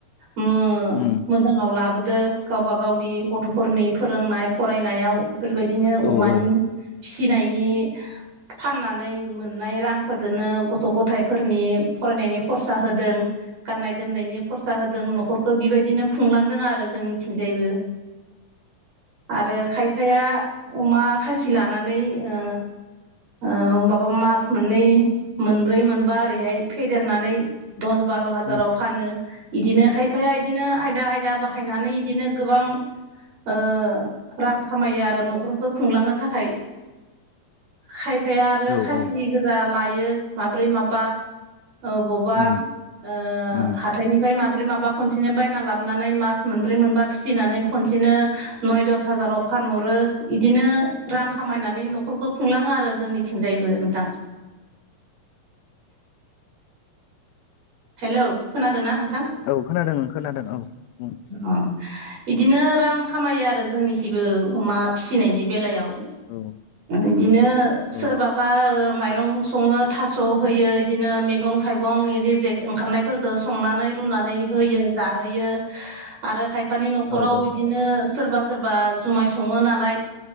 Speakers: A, on the right; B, on the left.
A: म
B: उम
A: मोजांङाव लाबोदो गावबा गावनि गथ'फोरनि फोरोंनाय फरायनायाव बेफोरबायदिनो अमानि
B: औ औ
A: फिसिनायनि फाननानै मोननाय रांफोरजोंनो गथ' गथायाइफोरनि फरायनायनि खरसा होदों गाननाय जोमनायनि खरसा होदों न'खरखौ बेबायदिनो खुंलांदों आरो जोंनिथिंजायबो आरो खाय फाया अमा खासि लानानै ओ ओ माबा मास मोननै मोनब्रै मोनबा ओरैहाय फेदेरनानै दस बार' हाजाराव
B: उम
A: फानो इदिनो खायफाया इदिनो आयदा आयदा बाहायनानै इदिनो गोबां ओ रां खामायो आरो न'खरखौ खुंलांनो थाखाय खाय फाया आरो
B: औ
A: खासि
B: औ
A: गोजा लायो माब्रै माबा ओबावबा
B: उम
A: ओ
B: उम
A: हाथायनि फ्राय माब्रै माबा खनसेनो बायना लाबानै मास मोनब्रै मोनबा फिसिनानै खनसेनो नय दस हाजाराव फानहरो बिदिनो रां खामायनानै न'खरखौ खुंलाङो आरो जोंनिथिंजायबो नोंथां <inaudible> हेलौ खोनादों ना नों थां?
B: औ खोनादों ओं खोनादों औ उम
A: अ इदिनो रां खामायो आरो जोंनि थिबो अमा फिसिनायनि बेलायाव
B: औ
A: इदिनो
B: औ
A: सोरबाबा माइरं सङो, थास' होयो, इदिनो मैगं-थाइगं रिजेक ओंखारनायफोरखौ संनानै रुनानै होयो जाहोयो आरो खाय फानि न'खराव
B: औ औ
A: बिदिनो सोरबा-सोरबा जुमाय सङो नालाय